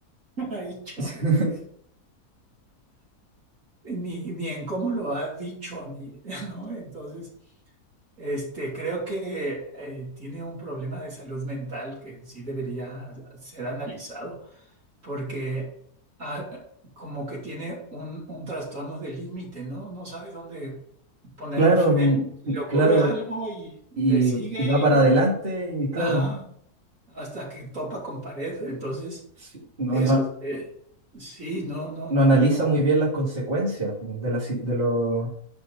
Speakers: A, on the right; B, on the right.
A: <laughs> ha dicho,
B: <laughs>
A: este, ni, ni en cómo lo ha dicho, ni, <laughs> ¿no? Entonces... Este, creo que eh, tiene un problema de salud mental que sí debería ser analizado, porque ah, como que tiene un, un trastorno de límite, ¿no? No sabe dónde poner
B: Claro,
A: el freno.
B: mm,
A: Se
B: mm,
A: le ocurre
B: claro,
A: algo y le
B: y,
A: sigue
B: y va para
A: y no.
B: adelante y claro,
A: Ajá, hasta que topa con pared. Entonces,
B: sí, no,
A: es,
B: no-
A: eh, sí, no, no,
B: no
A: no,
B: analiza
A: no.
B: muy bien las consecuencias de, la si- de, lo-